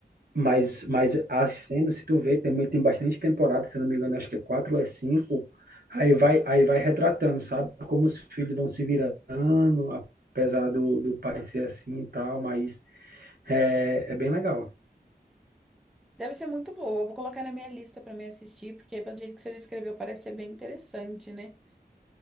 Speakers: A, on the right (about 65°); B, in the centre.
A: mas, mas as cenas, se tu vê, também tem bastante temporada, se eu não me engano, acho que é quatro ou é cinco, aí vai, aí vai retratando, sabe? Como os filhos vão se virando, apesar do, do pai ser assim e tal, mas é, é bem legal.
B: Deve ser muito boa. Eu vou colocar na minha lista pra me assistir, porque pelo jeito que você descreveu, parece ser bem interessante, né?